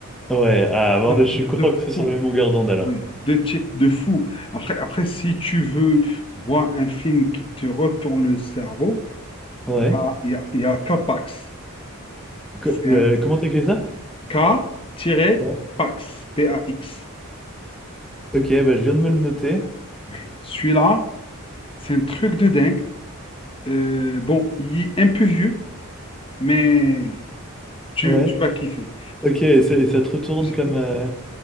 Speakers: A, in the centre; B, on the left.
A: Ouais, ah, bon,
B: deux
A: je
B: titres
A: suis content
B: de
A: que ce soit
B: fou.
A: sur la même longueur d'onde alors.
B: Oui, deux titres de fou. Après, après, si tu veux voir un film qui te retourne le cerveau,
A: Ouais.
B: il y a, il y a, il y a K-Pax.
A: Co-
B: C'est
A: le-
B: un
A: comment t'écris ça?
B: K-Pax,
A: Ouais.
B: P-A-X.
A: Ok, bah, je viens de me le noter.
B: Oui, celui-là, c'est un truc de dingue. Euh, bon, il est un peu vieux, mais tu,
A: Ouais.
B: tu vas kiffer.
A: Ok, et ça, et ça te retourne
B: Je-
A: comme, euh,